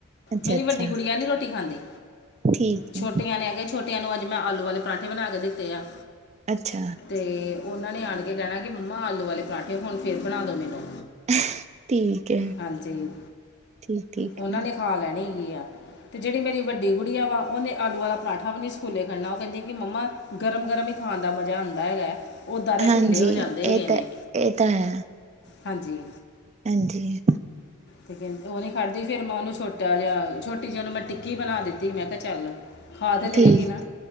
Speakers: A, on the right; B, on the left.
A: ਅੱਛਾ
B: ਮੇਰੀ ਵੱਡੀ
A: ਅੱਛਾ
B: ਗੁੜੀਆ ਨੀ ਰੋਟੀ ਖਾਂਦੀ।
A: ਠੀਕ
B: ਛੋਟੀਆਂ
A: ਹੈ
B: ਨੇ ਆ ਕੇ, ਛੋਟੀਆਂ ਨੂੰ ਅੱਜ ਮੈਂ ਆਲੂ ਵਾਲੇ ਪਰਾਂਠੇ ਬਣਾ ਕੇ ਦਿੱਤੇ ਆ
A: ਅੱਛਾ
B: ਤੇ ਓਨਾਂ ਨੇ ਆਣ ਕੇ ਕੈਣਾ ਕਿ ਮੰਮਾ ਆਲੂ ਵਾਲੇ ਪਰਾਠੇ ਹੁਣ ਫੇਰ ਬਣਾ ਦਉ ਮੈਨੂੰ।
A: <unintelligible> ਠੀਕ ਏ।
B: ਹਾਂਜੀ
A: ਠੀਕ-ਠੀਕ
B: ਉਹਨਾਂ
A: ਨਾ।
B: ਨੇ ਖਾ ਲੈਣੀ ਹੈਗੀ ਆ, ਤੇ ਜੇੜੀ ਮੇਰੀ ਵੱਡੀ ਗੁੜੀਆ ਵਾ ਓਨੇ ਆਲੂ ਵਾਲਾ ਪਰਾਂਠਾ ਵੀ ਨੀ ਸਕੂਲੇ ਖਲਨਾ, ਓ ਕੈਂਦੀ ਕਿ ਮੰਮਾ ਗਰਮ- ਗਰਮ ਈ ਖਾਣ ਦਾ ਮਜ਼ਾ ਆਂਦਾ ਹੈਗਾ। ਉਦਾਂ ਤੇ
A: ਹਾਂਜੀ
B: ਢਿੱਲੇ ਹੋ ਜਾਂਦੇ
A: ਏ
B: ਹੈਗੇ
A: ਤਾਂ,
B: ਨੇ
A: ਏ ਤਾਂ ਹੈ।
B: ਹਾਂਜੀ
A: ਹਾਂਜੀ।
B: ਤੇ ਕੈਂ, ਓ ਨੀ ਖਾਦੀ ਫੇਰ ਮੈਂ ਉਨੂੰ ਛੋਟਾ ਜਿਆ ਛੋਟੀ ਜੀ ਉਨੂੰ ਮੈਂ ਟਿੱਕੀ ਬਣਾ ਦਿੱਤੀ ਮੈਂ ਕਿਆ ਚੱਲ। ਖਾ ਤੇ ਲਏਗੀ
A: ਠੀਕ,
B: ਨਾ